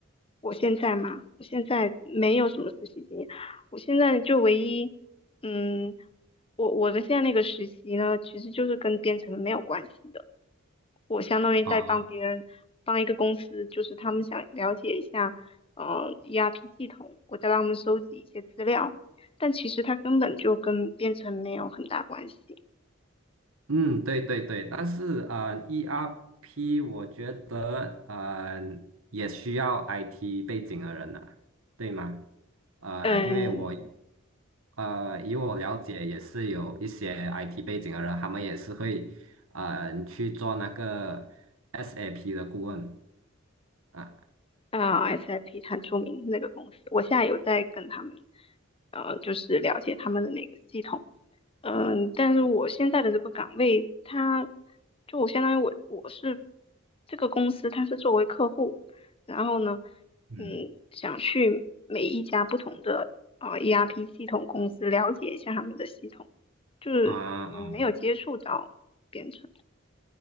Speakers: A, on the left (about 25°); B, on the right (about 75°).
A: 我现在嘛，我现在没有什么实习经验，我现在就唯一，嗯，我我的现在那个实习呢，其实就是跟编程没有关系的。我相当于在帮别人，
B: 哦。
A: 帮一个公司，就是他们想了解一下，嗯、ERP 系统，我在帮他们收集一些资料，但其实它根本就跟编程没有很大关系。
B: 嗯，对对对，但是呃，ERP 我觉得呃也需要 IT 背景的人呐、对吗？呃，
A: 嗯，
B: 因为我呃以我了解，也是有一些 IT 背景的人，他们也是会呃去做那个 SAP 的顾问啊
A: 啊 s i p 很出名那个公司，我现在有在跟他们，呃，就是了解他们的那个系统，嗯，但是我现在的这个岗位，它就我相当于我我是这个公司，它是作为客户，然后呢，
B: 嗯，
A: 嗯，想去每一家不同的呃 ERP 系统公司了解一下他们的系统，就是嗯没有接触到。
B: 啊啊
A: 编程。